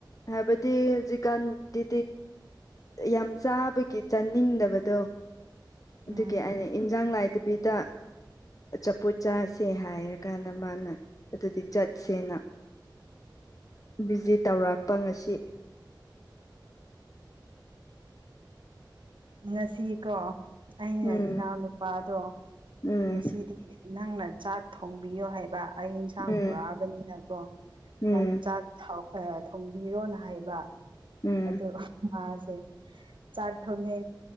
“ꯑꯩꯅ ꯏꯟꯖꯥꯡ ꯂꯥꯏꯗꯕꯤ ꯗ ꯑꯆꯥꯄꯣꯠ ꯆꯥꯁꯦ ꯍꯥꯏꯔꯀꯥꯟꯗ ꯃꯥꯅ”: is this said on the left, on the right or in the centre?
Left